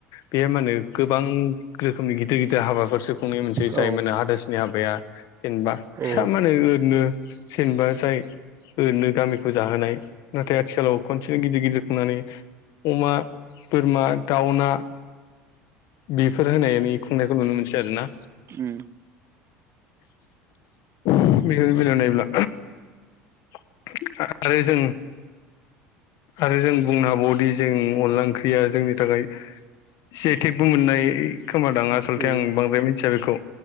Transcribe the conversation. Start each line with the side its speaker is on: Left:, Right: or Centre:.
Left: बे मानो गोबां रोखोमनि गिदिर गिदिर हाबाफोरसो खुंनाय मोनसै जाय
Right: औ
Left: मानो हाथासुनि हाबाया जेनबा फिसा
Right: उम
Left: मानो आरैनो जेनबा जाय ओरनो गामिखो जाहोनाय नाथाय आथिखालाव खनसेनो गिदिर गिदिर खुंनानै अमा बोरमा दाउना बेफोर होनानै खुंनायखौ नुनो मोनसै आर ना
Right: उम
Left: <unintelligible> <unintelligible> नायब्ला <unintelligible> आरो जों आरो जों बुंनो हाबावदि जों अनला ओंख्रिया जोंनि थाखाय जि आइ तेग बो मोननाय खोमादां आसलथे
Right: उम
Left: आं बांद्राय मिथिया बेखौ